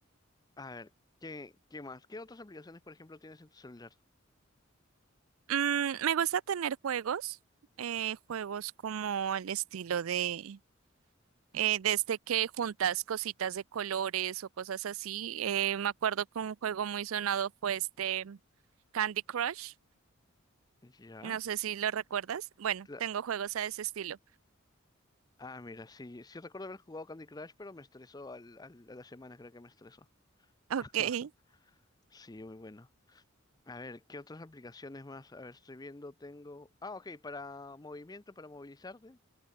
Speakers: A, on the left; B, on the right.
A: A ver, ¿qué, qué más? ¿Qué otras aplicaciones, por ejemplo, tienes en tu celular?
B: Mm, me gusta tener juegos, eh, juegos como al estilo de eh, desde que juntas cositas de colores o cosas así. Eh, me acuerdo que un juego muy sonado fue este Candy Crush.
A: Ya.
B: No sé si lo recuerdas. Bueno,
A: cla-
B: tengo juegos a ese estilo.
A: Ah, mira, sí, sí recuerdo haber jugado Candy Crush, pero me estresó al, al- a la semana, creo que me estresó.
B: Ok.
A: <laughs> Sí, muy bueno. A ver, ¿qué otras aplicaciones más? A ver, estoy viendo, tengo... Ah, ok, para movimiento, para movilizarte.